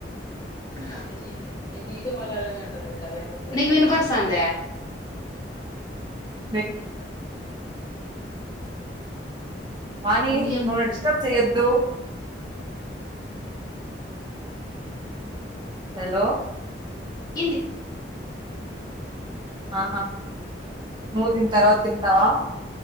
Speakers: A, on the left; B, on the right.
A: అంత సీన్ లేదు నేను నీతో మాట్లాడట అంటాండేది నీకు వినపడిసంద
B: కంగ్రాట్యులేషన్ వాణి
A: ఇంకేం
B: మమ్ డిస్టబ్ సెయ్యద్దు హలో
A: హింది
B: ఆహా నవ్ దిన్ తర్వాత తిం నవా